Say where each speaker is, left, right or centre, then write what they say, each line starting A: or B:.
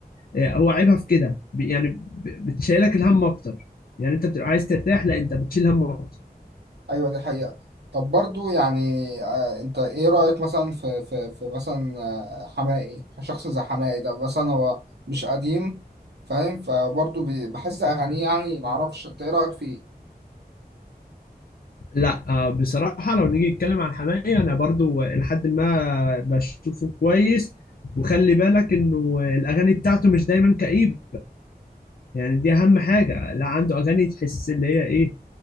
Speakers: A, on the left (about 60°); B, on the right (about 85°).
A: آه، هو عيبها في كده ب- يعني ب- بتشيلك الهم اكتر يعني انت بتبقى عايز ترتاح لا انت بتشيل هم اكتر
B: ايوه دي حقيقة طب برضو يعني آه انت ايه رأيك مثلا في في في مثلا آه، حماقي شخص زي حماقي ده مثلا هو مش قديم فاهم فبرضو بي- بحس اغانيه يعني معرفش انت ايه رأيك فيه
A: لا آه، بصراحه لو نيجي نتكلم عن حماقي انا برضو لحد ما بشوفه كويس وخلي بالك انه الاغاني بتاعته مش دايما كئيبه يعني دي اهم حاجه لا عنده اغاني تحس اللي هي ايه